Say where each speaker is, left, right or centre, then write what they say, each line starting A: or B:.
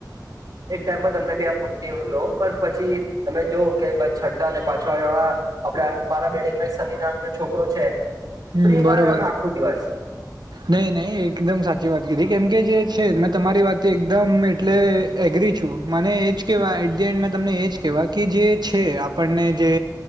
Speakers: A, on the right; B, on the right.
A: <unintelligible> એક ટાઈમ પર તમને બી આમ હમજી લો પણ પછી તમે જોઓ કે ભાઈ પાચમાં અને છઠ્ઠા <unintelligible> આપડા મારા બિલ્ડિંગમાં એક સની નામનો છોકરો છે
B: હમ્મ
A: ફ્રી
B: બરોબર.
A: ફાયર રમે આખો દિવસ
B: નહી, નહી એકદમ સાચી વાત કીધી. કેમ કે જે છે મેં તમારી વાત એકદમ એટલે એગ્રી છું મને એજ કેહેવાય. એટ ધી એન્ડ તમને એજ કેવા કે જે છે આપણને જે